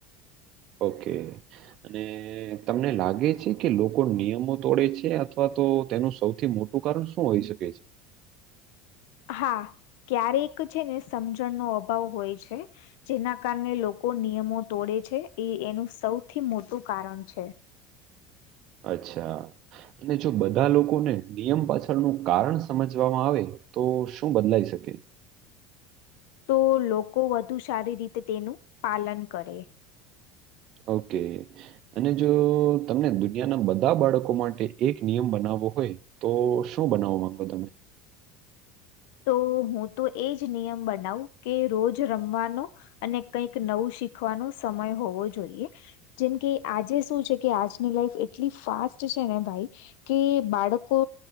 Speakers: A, on the right; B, on the left.
A: ઓકે અને તમને લાગે છે કે લોકો નિયમો તોડે છે અથવા તો તેનું સૌથી મોટું તો કારણ શું હોઈ શકે છે
B: હા ક્યારેક છે ને સમજણનો અભાવ હોય છે જેના કારણે લોકો નિયમો તોડે છે એ એનું સૌથી મોટું કારણ છે.
A: અચ્છા અને જો બધા લોકોને નિયમ પાછળનું કારણ સમજવામાં આવે તો શું બદલાઈ શકે.
B: તો લોકો વધુ સારી રીતે તેનું પાલન કરે.
A: ઓકે અને જો તમને દુનિયાના બધા બાળકો માટે એક નિયમ બનાવવો હોય. તો શું બનાવવા માંગો તમે
B: તો હું તો એજ નિયમ બનાવું કે રોજ રમવાનો અને કંઈક નવું શીખવાનો સમય હોવો જોઈએ. જેમ કે આજે શું છે કે આજની લાઈફ એટલી ફાસ્ટ છે ને ભાઈ કે બાળકો